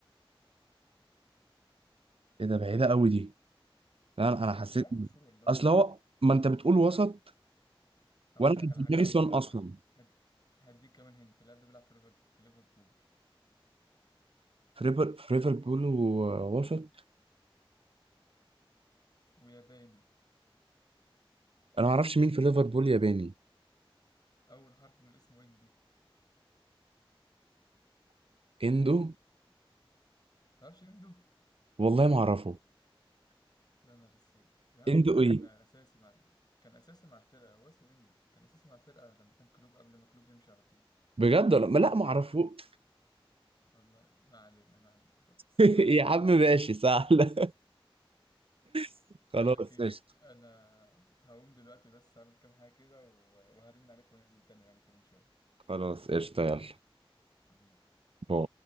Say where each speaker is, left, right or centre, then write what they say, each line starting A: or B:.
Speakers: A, on the right; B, on the left.
A: ايه ده بعيدة قوي دي لا انا أنا حسيت
B: اللاعب مشهور والله
A: اصل هو ما انت بتقول وسط
B: هقول
A: وانا
B: لك
A: كنت
B: على
A: في
B: حاجة
A: دماغي
B: حلوة
A: سون اصلا
B: كمان هد... هديك كمان هنت اللاعب ده بيلعب في ليفربول في ليفربول
A: في ريفر في ليفربول ووسط
B: وياباني
A: انا ما اعرفش مين في ليفربول ياباني
B: أول حرف من اسمه إندو
A: اندو
B: تعرفش إندو؟
A: والله ما اعرفه
B: يا نهار أسود يا عم
A: اندو
B: ده كان
A: ايه
B: أساسي مع كان أساسي مع الفرقة هو اسمه إندو كان أساسي مع الفرقة لما كان كلوب قبل ما كلوب يمشي على طول
A: بجد ولا ما لا ما اعرفه
B: والله ما علينا ما علينا خلاص
A: <laughs>
B: ما علينا
A: يا عم ماشي سهل <laughs>
B: بقول
A: خلاص
B: لك إيه
A: قشطة
B: أنا هقوم دلوقتي بس هعمل كام حاجة كده و... وهرن عليك وننزل تاني يعني كمان شوية
A: خلاص قشطة يلا
B: حبيبي
A: باي